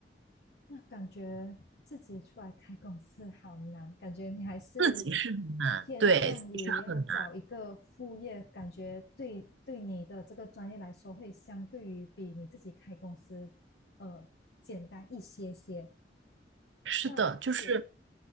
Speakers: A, on the left; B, on the right.
A: 那感觉自己出来开公司好难，感觉你还是
B: 自己是很难，
A: 偏向于要找一个副业，
B: 对，自己是很难，
A: 感觉对对你的这个专业来说，会相对于比你自己开公司，呃，简单一些些。
B: 是的，
A: 那是，
B: 就是